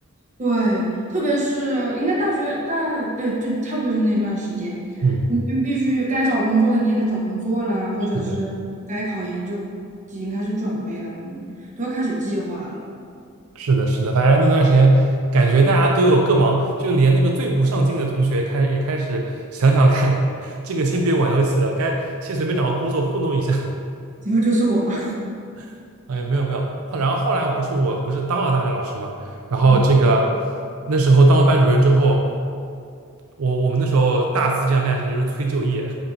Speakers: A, on the right; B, on the right.
A: 对，特别是应该大学大，对，就差不多就那段时间，
B: 嗯，
A: 你就必须该找工作的你也得找工作啦，或者是该考研就已经开始准备了，
B: 是的。
A: 你都要开始计划了。
B: 是的，是的，反正那段时间感觉大家都有各忙，就连那个最不上进的同学开始也开始想想看，<laughs> 这个先别玩游戏了，该先随便找个工作糊弄一下。
A: 这不就是我吗？
B: <laughs> 哎，没有没有，后然后后来不是我不是当了大学老师嘛，
A: <laughs>
B: 然后这个
A: 嗯，
B: 那时候当了班主任之后，我我们那时候大四这样干的事情就是催就业，